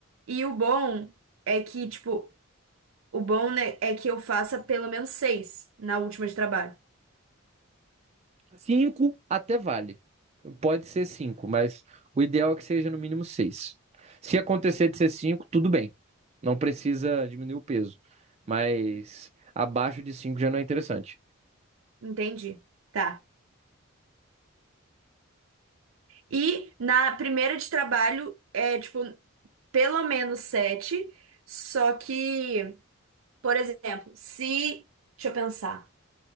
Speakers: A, on the right; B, on the right.
A: e o bom é que, tipo, o bom, né, é que eu faça pelo menos seis na última de trabalho.
B: Cinco até vale. Pode ser cinco, mas o ideal é que seja no mínimo seis. Se acontecer de ser cinco, tudo bem. Não precisa diminuir o peso. Mas abaixo de cinco já não é interessante.
A: Entendi. Tá. E na primeira de trabalho é, tipo, pelo menos sete, só que, por exemplo, se, deixa eu pensar.